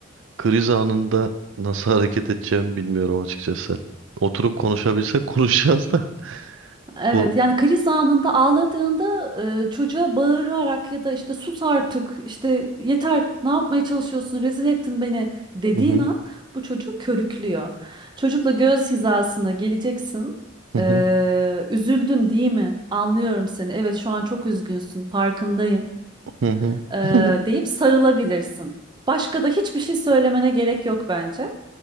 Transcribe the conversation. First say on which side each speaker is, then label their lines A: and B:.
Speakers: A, on the right; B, on the right.
A: kriz anında nasıl hareket edeceğimi bilmiyorum açıkçası. Oturup konuşabilsek konuşacağız da.
B: Evet
A: Ko-
B: yani kriz anında ağladığında e, çocuğa bağırarak ya da işte sus artık işte yeter ne yapmaya çalışıyorsun rezil ettin beni dediğin
A: Hı hı,
B: an bu çocuğu körüklüyor. Çocukla göz hizasına geleceksin.
A: hı
B: Ee,
A: hı,
B: üzüldün değil mi? Anlıyorum seni. Evet şu an çok üzgünsün farkındayım
A: hı hı,
B: e,
A: hı
B: deyip sarılabilirsin. Başka da hiçbir şey söylemene gerek yok bence.